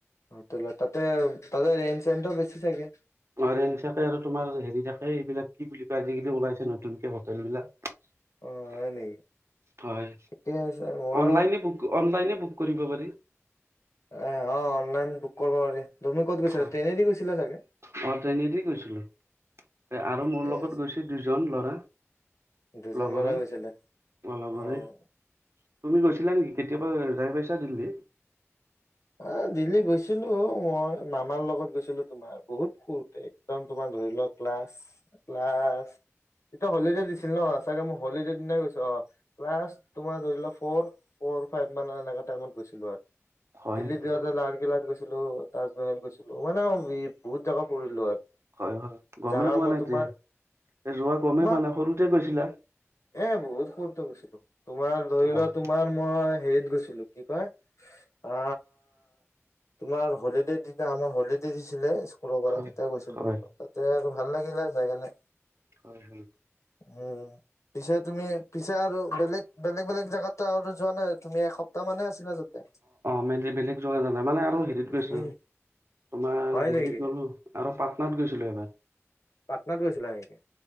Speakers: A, on the left (about 80°); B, on the right (about 60°).
A: অ তে তাতে তাতে ৰেঞজ চও বেছি থাকে
B: জ থাকে আৰু তোমাৰ হেৰি থাকে এইবিলাক কি বুলি কয় আজিকালি ওলাইছে নতুনকে হোটেল বিলাক
A: অ হয় নেকি
B: হয়
A: ঠিকে আছে মোৰ
B: অনলাইনে অনলাইনে কৰিব পাৰি
A: এ অ অনলাইন বুক কৰিব পাৰি তুমি ক'ত গৈছিলা
B: অঁ
A: ট্ৰেইনেদি গৈছিলা চাগে
B: ট্ৰেইনদি গৈছিলোঁ আৰু
A: ঠিকে
B: মোৰ লগত
A: আছে
B: গৈছে দুজন ল'ৰা,
A: দুজন
B: লগৰে
A: ল'ৰা গৈছিলে
B: মোৰ লগৰে।
A: অ
B: তুমি গৈছিলা নেকি? কেতিয়াবা জাই পাইছা ট্ৰেইন্ দি?
A: অ দিল্লী গৈছিলো মই মামাৰ লগত গৈছিলো, তোমাৰ বহুত সৰুতে একদম তোমাৰ ধৰি লোৱা ক্লাছ ক্লাছ তেতিয়া হ'লিডে দিছিল ন! চাগে মই হ'লিডে দিনাই গৈছো অ' ক্লাছ তোমাৰ ধৰি লোৱা ফৌৰ, ফৌৰ ফাইভ মানত এনেকুৱা টাইম ত গছিলো আৰু।
B: হয়
A: দিল্লীত
B: নেকি?
A: যাওঁতে লালকিল্লাত গৈছোঁ তাজমহল গৈছিলো মানে মই বহুত জেগাত ফুৰিলোঁ
B: হয় হয়, গমেই
A: জাগা
B: পোৱা
A: মই
B: নাই
A: তোমাৰ
B: তে যোৱা গমেই
A: তোমাৰ
B: পোৱা নাই সৰুতে গৈছিলা?
A: এ বহুত সৰুতে গৈছিলো তোমাৰ ধৰি
B: অ'।
A: লোৱা তোমাৰ মই হেৰিত গৈছিলো কি কয় অ তোমাৰ হ'লিডেৰ দিনা আমাৰ হ'লিডে দিছিলে সকলৰ পৰাই
B: হয়।
A: তেতিয়া গৈছিল
B: হয়,
A: আৰু তাতে আৰু ভাল লাগিলে যায় কেনে
B: হয় হয়
A: উম পিছে তুমি পিছে আৰু বেলেগ বেলেগ বেলেগ জেগাত টো আৰু টো যোৱা নাই তুমি এসপ্তাহ মানহে আছিলা তাতে
B: মই এনে বেলেগ যোৱা নাই নামানে আৰু হেৰিত গৈছিলোঁ
A: উম
B: তোমাৰ
A: হয়
B: দিল্লীত
A: নেকি
B: গ'লোঁ আৰু পাটনাত গৈছিলোঁ এবাৰ
A: পাটনাত গৈছে গৈছিলা নেকি?